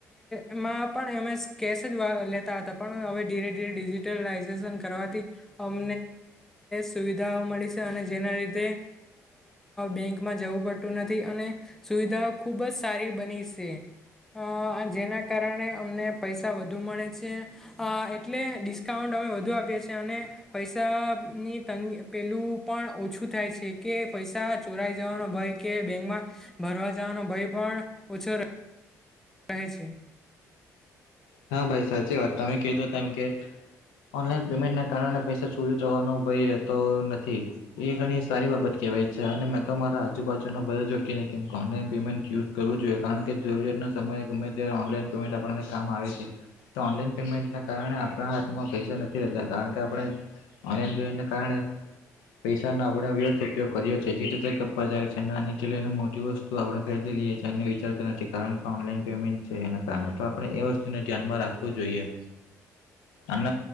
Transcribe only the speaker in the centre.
એમાં પણ એમે કેશ જ લેતા હતા પણ હવે ધીરે ધીરે ડિજિટલાઇઝેશન કર. અમ સુવિધાઓ મળી છે અને જેના લીધે. બેંકમાં જવું પડતું નથી અને સુવિધાઓ ખુબ જ સારી બની છે. અ જેના કારણે અમને પૈસા વધુ મળે છે એટલે ડિસ્કાઉન્ટ. અમે વધુ આપીએ છી અને પૈસા ની તંગી પેલું પણ ઓછું થાય છે કે. પૈસા ચોરાઈ જવાનો ભય કે બેંકમાં ભરવા જવાનો ભય પણ ઓછો. કહે છે.